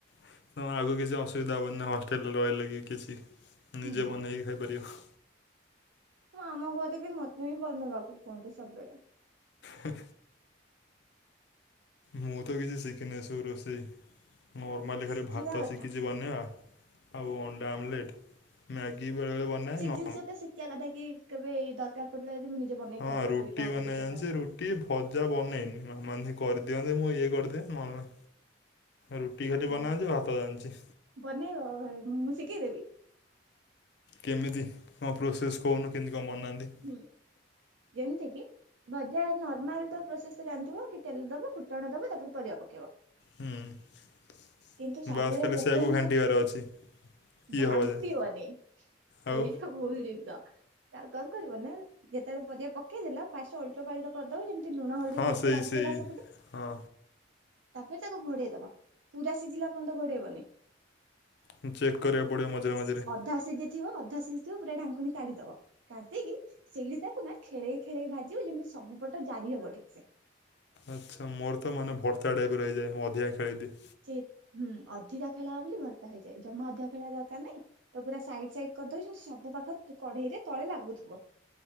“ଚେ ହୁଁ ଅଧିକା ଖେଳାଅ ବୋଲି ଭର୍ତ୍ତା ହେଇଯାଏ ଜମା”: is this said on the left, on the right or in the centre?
Right